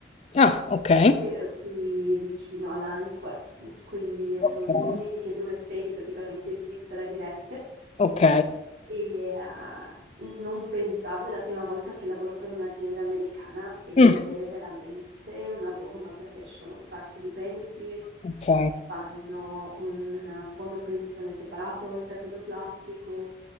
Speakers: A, on the left; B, on the right.
A: Ah, ok.
B: che è qui vicino a Lanquart, quindi
A: Ok.
B: sono le uniche due sedi praticamente in Svizzera dirette.
A: Ok.
B: E eh, non pensavo, è la prima volta che lavoro per un'azienda americana ed
A: Mm.
B: è veramente una bomba perché ci sono un sacco di benefit,
A: Ok.
B: fanno un fondo pensione separato oltre a quello classico,